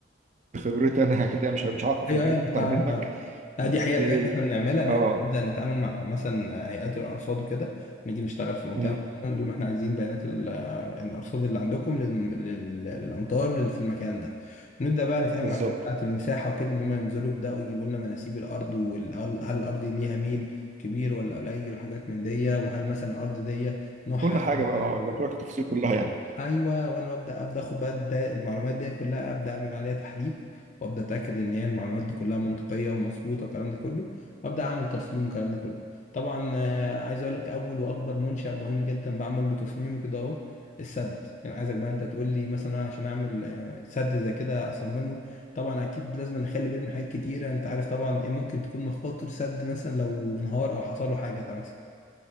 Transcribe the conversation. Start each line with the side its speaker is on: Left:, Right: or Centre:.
Right: بخبرتي انا <laughs> اكيد يعني مش مش عارفه في
Left: ايوه
Right: مكان
Left: أيوة،
Right: اكتر
Left: انا فاهم
Right: منك
Left: فاهم لا
Right: بس
Left: دي حقيقة
Right: ايه
Left: الحاجات اللي احنا بنعملها ان
Right: اه
Left: احنا نبدا نتعامل مع مثلا هيئات الارصاد وكده نيجي نشتغل في منطقه
Right: مم،
Left: معينه نقول لهم احنا عايزين بيانات ال- آه، الارصاد اللي عندكم لل- لل- للامطار اللي في المكان ده ونبدا بقى نتعامل
Right: بالظبط
Left: مع الناس بتاعه المساحه وكده ان هم ينزلوا يبداوا يجيبوا لنا مناسيب الارض وهل هل الارض دي ليها ميل كبير ولا قليل وحاجات من دي وهل مثلا الارض دي نوعها
Right: كل
Left: ايه
Right: حاجه بقى
Left: مثلا.
Right: اه يبقى لك التفاصيل كلها يعني
Left: ايوه وانا ببدا ابدا اخد بقى ده المعلومات دي كلها ابدا اعمل عليها تحليل وابدا اتاكد ان هي المعلومات دي كلها منطقيه ومظبوطه والكلام ده كله وابدا اعمل تصميم والكلام ده كله طبعا آه، عايز اقول لك اول واكبر منشا مهم جدا بعمل له تصميم كده اهو السد يعني عايزك بقى انت تقول لي مثلا أنا عشان اعمل آه، سد زي كده اصممه طبعا اكيد لازم اخلي بالي من حاجات كتيره انت عارف طبعا ايه ممكن تكون مخاطر سد مثلا لو انهار او حصل له حاجه طبعا مثلا